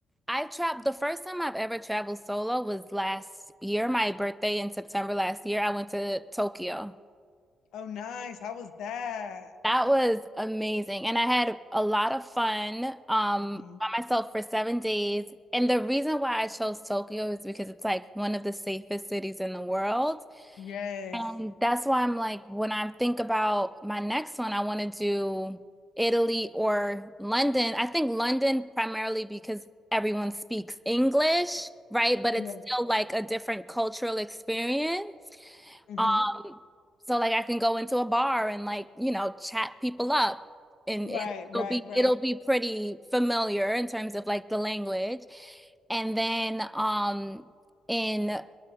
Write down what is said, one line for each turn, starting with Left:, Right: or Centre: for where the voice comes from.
Centre: I traveled the first time I've ever traveled solo was last year, my birthday in September last year. I went to Tokyo.
Left: Oh, nice. How was that?
Centre: That was amazing and I had a lot of fun um
Left: hmm
Centre: by myself for seven days. And the reason why I chose Tokyo is because it's like one of the safest cities in the world.
Left: Yes.
Centre: And that's why I'm like, when I think about my next one, I want to do Italy or London. I think London primarily because everyone speaks English, right? But
Left: Yeah.
Centre: it's still like a different cultural experience.
Left: hmm
Centre: Um, so like I can go into a bar and like, you know, chat people up and
Left: Right,
Centre: it,
Left: right,
Centre: it'll be
Left: right,
Centre: it'll be pretty familiar in terms of like the language. And then um in